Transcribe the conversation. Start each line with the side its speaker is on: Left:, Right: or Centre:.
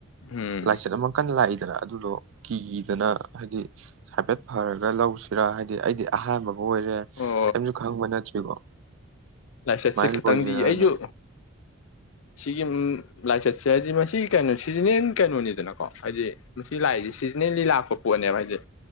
Left: ꯎꯝ
Right: ꯂꯥꯏꯆꯠ ꯑꯃ ꯀꯟꯅ ꯂꯥꯛꯏꯗꯅ ꯑꯗꯨꯗꯣ ꯀꯤ ꯀꯤꯗꯅ ꯍꯥꯏꯗꯤ ꯍꯥꯏꯐꯦꯠ ꯐꯔꯒ ꯂꯧꯁꯤꯔ ꯍꯥꯏꯗꯤ ꯑꯩꯗꯤ ꯑꯍꯥꯟꯕ ꯑꯣꯏꯣꯏꯔꯦ
Left: ꯍꯣꯏ
Right: ꯀꯔꯤꯝꯁꯨ ꯈꯪꯕ ꯅꯠꯇ꯭ꯔꯤꯀꯣ
Left: ꯂꯥꯏꯁꯥꯏꯠ
Right: ꯁꯨꯃꯥꯏꯅ
Left: ꯁꯤ ꯈꯤꯇꯪꯗꯤ
Right: ꯂꯣꯏꯁꯤꯔꯅ
Left: ꯑꯩꯁꯨ ꯁꯤꯒꯤ ꯂꯥꯏꯆꯠꯁꯦ ꯍꯥꯏꯗꯤ ꯃꯁꯤ ꯀꯩꯅꯣ ꯁꯤꯖꯟꯅꯦꯟ ꯀꯩꯅꯣꯅꯤꯗꯅꯀꯣ ꯍꯥꯏꯗꯤ ꯃꯁꯤ ꯂꯥꯏꯁ ꯁꯤꯖꯟꯅꯜꯂꯤ ꯂꯥꯛꯄ ꯄꯣꯠꯅꯦꯕ ꯍꯥꯏꯗꯤꯦ